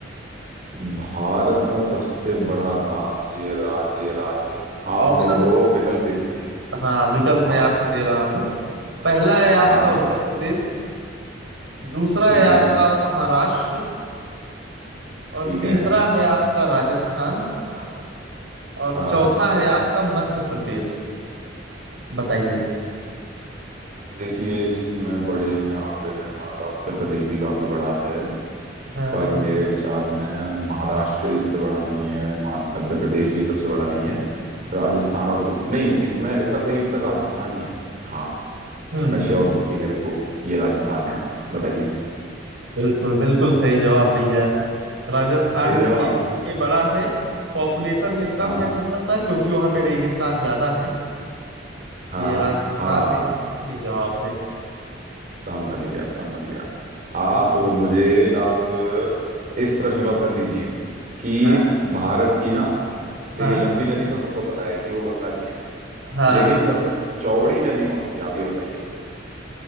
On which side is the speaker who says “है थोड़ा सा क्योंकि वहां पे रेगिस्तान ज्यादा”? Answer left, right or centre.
Right